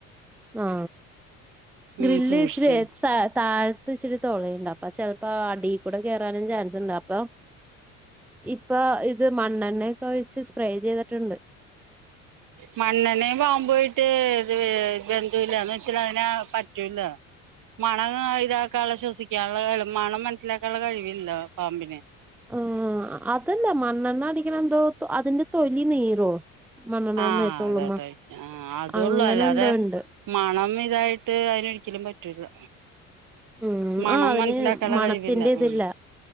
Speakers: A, in the centre; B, on the right (about 50°).
A: ആ
B: ഉം
A: ഗ്രില്ല്
B: സൂക്ഷിച്ച്
A: ഇച്ചിരി താഴത്ത് ഇച്ചിരി തൊളയുണ്ട് അപ്പൊ ചെൽപ്പോ അടി കൂടെ കേറാനും ചാൻസ് ഉണ്ട് അപ്പൊ ഇപ്പ ഇത് മണ്ണെണ്ണൊക്കെ ഒയിച്ച് സ്പ്രേ ചെയ്തിട്ടുണ്ട്.
B: മണ്ണെണ്ണയും പാമ്പുവായിട്ട് ഇത് ബന്ധൊയില്ല ന്ന് വെച്ചാല് അതിനെ പറ്റൂല്ല മണം ഇതാക്കാള്ള ശ്വസിക്കാള്ള മണം മനസ്സിലാക്കാള്ള കഴിവില്ല പാമ്പിന്
A: ആഹ് അതല്ല മണ്ണണ്ണ അടിക്കണം അതിന്റെ തൊലി നീറോ മണ്ണെണ്ണ
B: ആഹ
A: മേത്തോള്ളുമ്മ
B: അതോട്ടായിരിക്കും ആ അതൊള്ളൂ
A: അങ്ങനെ
B: അല്ലാതെ
A: എന്തോ ഉണ്ട്
B: മണം ഇതായിട്ട് അതിനൊരിക്കലും പറ്റൂല
A: ഉം
B: മണം
A: ആ അതിന്
B: മനസ്സിലാക്കാള്ള
A: മണത്തിന്റെ
B: കഴിവില്ല
A: ഇതില്ല
B: ഉം